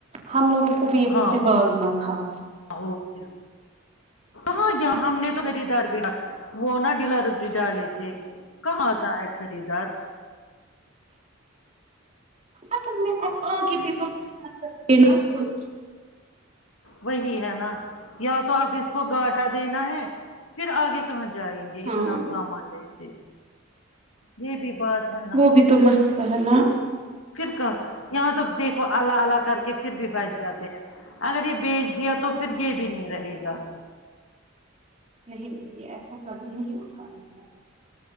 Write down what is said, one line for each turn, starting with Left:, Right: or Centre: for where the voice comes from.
Right: ہم لوگوں کو بھی یہاں
Left: ہاں
Right: سے بھاگنا تھا
Left: اور کیا ہاں یہ ہم نے تو خریدار بھیا وہ نہا ڈلرس بھی ڈالے تھے کہاں آتا ہے خریدار
Right: اصل میں اب آگے بھی تو کرنا چھایا کچھ
Left: وہی ہے نا یا تو آپ اس کو گاٹا دینا ہے پھر آگے کہاں جائیں گے
Right: ہاں
Left: اتنا سامان لے کے یہ بھی بات ہے نا
Right: وہ بھی تو مسئلہ ہے نا
Left: پھر کہ یہاں تو دیکھو اللہ اللہ کر کے پھر بھی بچ جاتے ہیں اگر یہ بیچ یا تو پھر یہ بھی نہیں رہے گا
Right: نہیں نہیں ایسا قدم نہیں اٹھانا ہے